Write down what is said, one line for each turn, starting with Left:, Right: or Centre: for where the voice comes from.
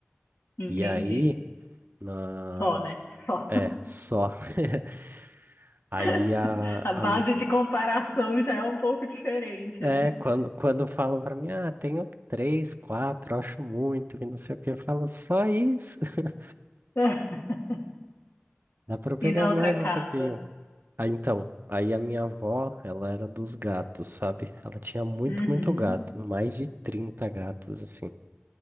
Left: Entendi.
Right: E aí, na...
Left: Só, né? Só.
Right: é, só. <laughs> Aí
Left: <laughs>
Right: a,
Left: A
Right: a
Left: base
Right: mi-
Left: de comparação já é um pouco diferente,
Right: É,
Left: né?
Right: quando, quando falam pra mim, ah, tenho três, quatro, acho muito, que não sei o que, eu falo só isso, <laughs>
Left: <laughs>
Right: dá pra eu pegar
Left: E na
Right: mais
Left: outra
Right: um
Left: casa?
Right: pouquinho. Ah, então, aí a minha avó, ela era dos gatos, sabe? Ela tinha muito,
Left: Uhum.
Right: muito gato, mais de 30 gatos, assim.